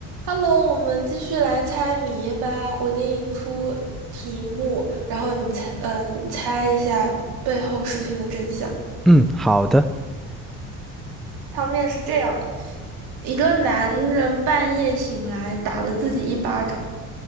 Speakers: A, on the right; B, in the centre.
A: Hello，我们继续来猜谜吧。我给你出题目，然后你猜，嗯，猜一下背后事情的真相。
B: 嗯，好的。
A: 汤面是这样的：一个男人半夜醒来，打了自己一巴掌，